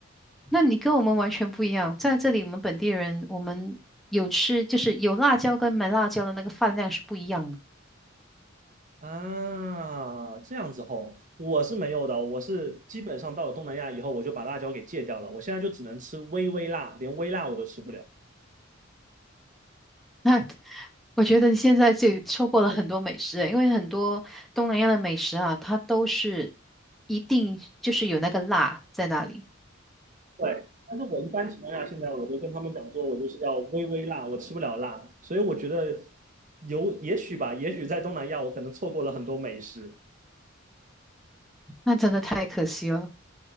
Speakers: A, in the centre; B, on the right.
A: 那你跟我们完全不一样，在这里我们本地人，我们有吃就是有辣椒跟没辣椒的那个饭量是不一样的。
B: 啊，这样子吼，我是没有的，我是基本上到了东南亚以后，我就把辣椒给戒掉了，我现在就只能吃微微辣，连微辣我都吃不了。
A: 那我觉得你现在这里错过了很多美食，因为很多东南亚的美食啊，它都是一定就是有那个辣在那里，
B: 对，但是我一般情况下，现在我都跟他们讲说，我就是要微微辣，我吃不了辣，所以我觉得有也许吧，也许在东南亚我可能错过了很多美食。
A: 那真的太可惜了。